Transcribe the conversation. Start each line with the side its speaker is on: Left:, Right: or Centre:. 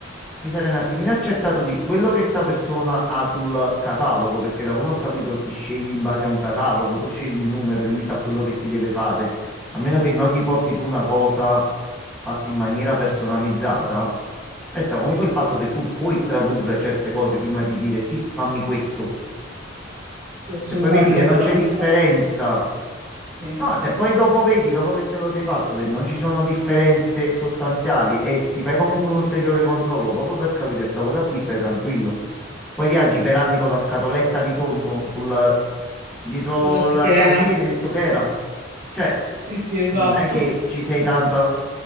Centre: mi sarei un attimino accertato di quello che sta persona ha sul catalogo, perché da come ho capito si sceglie in base a un catalogo, tu scegli il numero e lui sa quello che ti deve fare, a meno che non
Right: Sì,
Centre: gli porti tu una cosa fatta in maniera personalizzata. Resta comunque
Right: sì,
Centre: il fatto che tu puoi tradurre certe cose prima di dire sì, fammi questo.
Right: sì, assolutamente.
Centre: Se poi vedi che
Right: Poi
Centre: non
Right: non
Centre: c'è differenza,
Right: so, sì,
Centre: no, se poi dopo vedi, dopo che te lo sei fatto, che non ci sono differenze sostanziali e ti fai comunque un ulteriore controllo proprio per capire questa cosa qui, stai tranquillo. Poi viaggi per anni con la scatoletta di tonno sul, dietro
Right: sulla schiena.
Centre: la, la schiena, hai detto che era. Cioè,
Right: Sì, sì, esatto.
Centre: non è che ci sei tanto